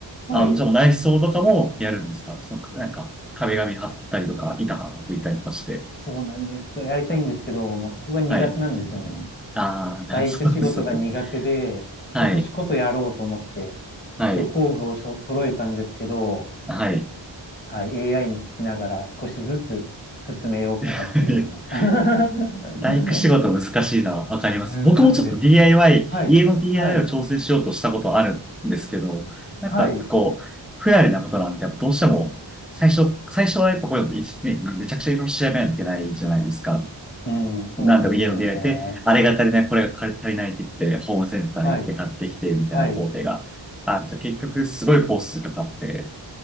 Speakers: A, on the left; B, in the centre.
A: はい。
B: あの、じゃあもう内装とかもやるんですかその、なんか、壁紙貼ったりとか、板貼っていたりとかして。
A: そうなんです。それやりたいんですけど、もうそこが苦手なんですよね。
B: はい。ああ、
A: 大工仕事が苦手で、
B: <laughs> そうです、そうです。はい。
A: 今年こそやろうと思って、
B: はい。
A: 一応工具をそ揃えたんですけど、
B: はい。はい
A: はい、AI に聞きながら少しずつ進めようかなっていうような。
B: <laughs>
A: <laughs>
B: 大工仕事難しいな。わかります。
A: 難しいです。
B: 僕もちょっと DIY、
A: はい、
B: 家の DIY
A: はい、
B: を調整しようとしたことあるんですけど、やっぱこう、
A: はい。
B: 不慣れなことなんで、やっぱどうしても、最初、最初はやっぱこういうの、いちね、めちゃくちゃいろいろ調べないといけないじゃないですか。
A: うん、そうなんですよね。
B: なんだろう、家の DIY で、あれが足りない、これが足りないって言って、ホームセンター行って買ってきて、
A: はい、
B: みたいな工程があると、
A: はい、
B: 結局すごいコースとかあって、